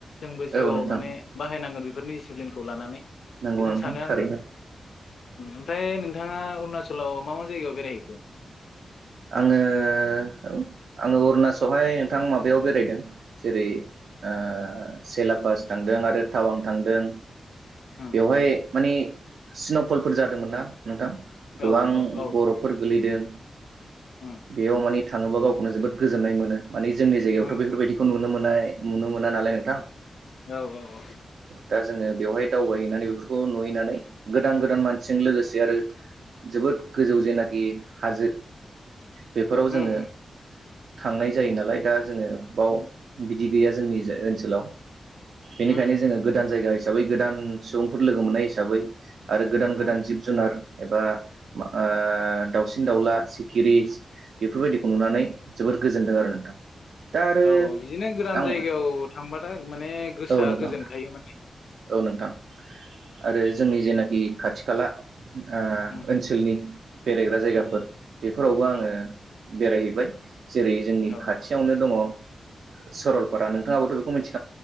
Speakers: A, on the left; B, on the right.
A: जोंबो जिउआव
B: औ नोंथां
A: माने बाहायनांगोन बेफोरनि डिसिप्लिनखौ लानानै
B: नंगौ
A: बेखौनो
B: नोंथां
A: सानो
B: थारैनो
A: आंबो ओमफ्राय नोंथाङा अरुणचलाव मा मा जायगायाव बेरायहैखो
B: आङो औ आङो अरुणाचलहाय नोंथां माबायाव बेरायदों जेरै ओ सेलापास थां थांदों आरो टावां थांदों
A: उम
B: बेवहाय माने स्न'फलफोर जादोंमोन ना नोंथां गोबां
A: औ औ औ
B: बरफफोर गोलैदों
A: उम
B: बेयाव मानि थाङोबा गावखौनो जोबोद गोजोन्नाय मोनो मानि जोंनि जायगायावथ'
A: उम
B: बेफोरबायदिखौ नुनो मोननाय नुनो मोना नालाय नोंथां
A: औ औ औ
B: दा जोङो बेवहाय दावबायहैनानै बेफोरखौ नुहैनानै गोदान गोदान मानसिजों
A: उम
B: लोगोसे आरो जोबोद गोजौ जेनाखि हाजो बेफोराव
A: उम
B: जोङो थांनाय जायो नालाय दा जोङो बाव
A: उम
B: बिदि गैया जोंनि जाय ओनसोलाव बेनिखायनो
A: उम
B: जोङो गोदान जायगा हिसाबै गोदान सुबुंफोर लोगो मोननाय हिसाबै आरो गोदान
A: उम
B: गोदान जिब जुनार एबा मा ओ दाावसिन दाउला गिरिस बेफोरबायदिखौ नुनानै जोबोद गोजोनदों आरो नोंथां दा आरो
A: औ औ बिदिनो गोदान
B: आं
A: जायगायाव थांबाथाय माने गोसोआ
B: औ नोंथां
A: गोजोनखायो माने
B: औ नोंथां आरो जोंनि जेनाखि खाथि खाला ओ
A: उम
B: ओनसोलनि बेरायग्रा जायगाफोर
A: उम
B: बेफोरावबो आङो
A: औ
B: बेरायहैबाय जेरै जोंनि
A: औ
B: खाथियावनो दङ सरलपारा
A: औ
B: नोंथाङाबोथ' बेखौ मिथि